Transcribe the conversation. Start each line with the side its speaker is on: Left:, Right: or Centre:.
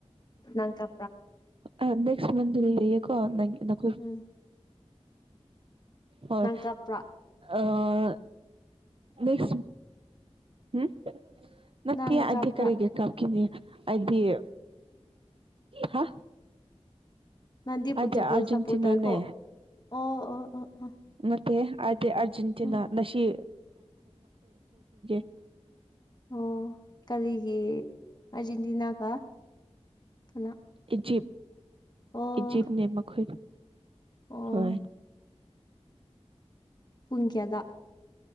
Left: ꯅꯪ ꯀ
Right: ꯑꯥ ꯅꯦꯛꯁ ꯃꯟꯗꯨꯂꯤ ꯂꯩꯌꯦꯀꯣ ꯅꯪꯒꯤ ꯅꯈꯣꯏ
Left: ꯅꯪ
Right: ꯍꯣꯏ
Left: ꯀꯥꯞꯄ꯭ꯔꯥ
Right: ꯑꯥ ꯅꯦꯛꯁ ꯍꯨꯝ ꯅꯠꯇꯦ
Left: ꯅꯪ
Right: ꯑꯩꯗꯤ
Left: ꯀꯥꯞꯄ꯭ꯔꯥ
Right: ꯀꯔꯤꯒꯤ ꯀꯞꯀꯤꯅꯤ ꯑꯩꯗꯤ ꯍꯥ
Left: ꯅꯪꯗꯤ ꯄꯨꯆꯨꯒꯜ
Right: ꯑꯩꯗꯤ ꯑꯥꯔꯖꯦꯟꯇꯤꯅꯥꯅꯦ
Left: ꯁꯄꯣꯠ ꯇꯧꯋꯦꯀꯣ ꯑꯣ ꯑꯣ ꯑꯣ ꯑꯣ
Right: ꯅꯠꯇꯦ ꯑꯗꯤ ꯑꯔꯖꯦꯟꯇꯤꯅꯥ
Left: ꯎꯝ
Right: ꯅꯁꯤ <unintelligible>
Left: ꯑꯣ ꯀꯔꯤꯒꯤ ꯑꯔꯖꯦꯟꯇꯤꯅꯥꯒ ꯀꯅꯥ
Right: ꯏꯖꯤꯞ
Left: ꯑꯣ
Right: ꯏꯖꯤꯞꯅꯦ ꯃꯈꯣꯏ
Left: ꯑꯣ
Right: ꯍꯣꯏ
Left: ꯄꯨꯡ ꯀꯌꯥꯗꯥ